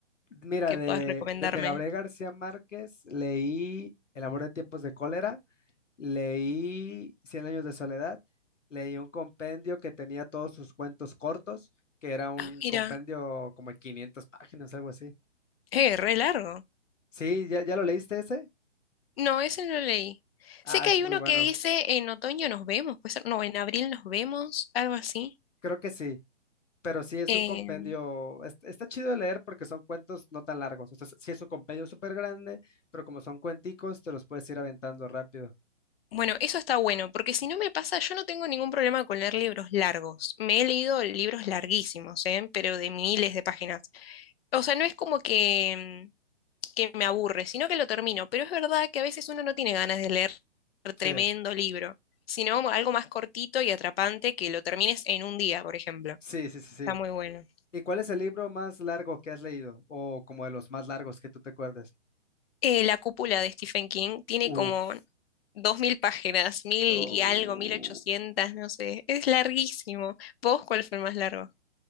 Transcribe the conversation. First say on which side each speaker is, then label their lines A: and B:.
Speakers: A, on the left (about 85°); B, on the left (about 55°).
A: Mira,
B: que
A: de,
B: puedas recomendarme.
A: de, de Gabriel García Márquez leí El amor de tiempos de cólera, leí Cien años de soledad, leí un compendio que tenía todos sus cuentos cortos, que era un
B: Ah,
A: compendio
B: mira,
A: como de 500 páginas, algo así.
B: eh, re largo.
A: Sí, ¿ya, ya lo leíste ese?
B: No, ese no lo leí.
A: Ah,
B: Sé que
A: es
B: hay
A: muy
B: uno
A: bueno.
B: que dice en otoño nos vemos, puede ser, no, en abril nos vemos, algo así.
A: Creo que sí. Pero sí es
B: Eh,
A: un compendio, es- está chido de leer porque son cuentos no tan largos. O sea, sí es un compendio súper grande, pero como son cuenticos, te los puedes ir aventando rápido.
B: bueno, eso está bueno, porque si no me pasa, yo no tengo ningún problema con leer libros largos. Me he leído libros larguísimos, ¿eh? Pero de miles de páginas. O sea, no es como que que me aburre, sino que lo termino. Pero es verdad que a veces uno no tiene ganas de leer
A: Sí,
B: tremendo libro, sino algo más cortito y atrapante que lo termines en un día, por ejemplo.
A: sí, sí, sí, sí.
B: Está muy bueno.
A: ¿Y cuál es el libro más largo que has leído? O como de los más largos que tú te acuerdes.
B: Eh, La cúpula de Stephen King tiene
A: Uf.
B: como dos mil páginas, mil
A: oh.
B: y algo, mil ochocientas, no sé. Es larguísimo. ¿Vos cuál fue el más largo?